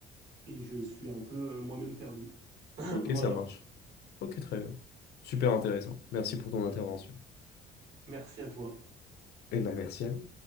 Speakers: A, on the right; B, on the left.
A: et je suis un peu euh, moi-même perdu. <laughs>
B: Ok,
A: Voilà,
B: ça marche. Ok, très bien. Super intéressant. Merci pour ton intervention.
A: merci à toi.
B: Eh ben, merci à toi.